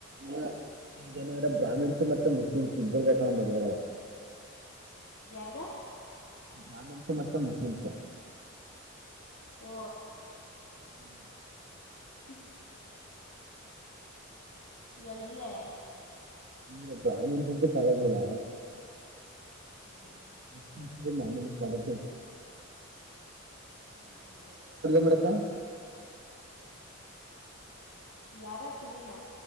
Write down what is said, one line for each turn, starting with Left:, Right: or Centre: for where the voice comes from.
Right: ಏನ್ ಹೇನ್ರೆ ಬ್ರಾಹ್ಮಿಣ್ಸು ಮತ್ತೆ ಮುಸ್ ಮ್ಮ್ ಇಬ್ಬರ ಬೇಕಾಂದ್ರು ಮದವ್ ಆಗಲ್
Left: ಯಾರದ
Right: ಬ್ರಾಹ್ಮಣ್ಸು ಮತ್ತೆ ಮುಸ್ಲಿಮ್ಸ್
Left: ಓ
Right: ಹ್ಮ್
Left: ಹ್ಮ <unintelligible> ಎಲ್ಲೆ
Right: ಈ ಬ್ರಾಹ್ಮಣ್ಸು ಅಂತೂ ಪಾರಾವಗಿಲ್ಲ
Left: ಹ
Right: <inaudible> ಅಡುಗೆ
Left: ಹ್ಮ್
Right: ಮಾಡಕ <inaudible>
Left: ಯಾರ ಸುನಿನ